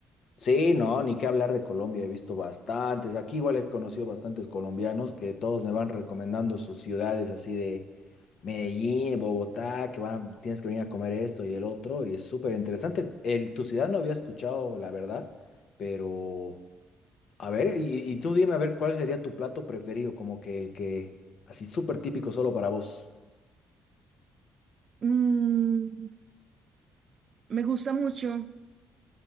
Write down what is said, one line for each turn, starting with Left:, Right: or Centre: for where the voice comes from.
Left: Sí, no, ni qué hablar de Colombia, he visto bastantes. Aquí igual he conocido bastantes colombianos que todos me van recomendando sus ciudades así de Medellín, Bogotá, que van, tienes que venir a comer esto y el otro, y es súper interesante. El, tu ciudad no había escuchado, la verdad, pero a ver, y, y tú dime a ver cuál sería tu plato preferido, como que el que así súper típico solo para vos.
Right: Mm, me gusta mucho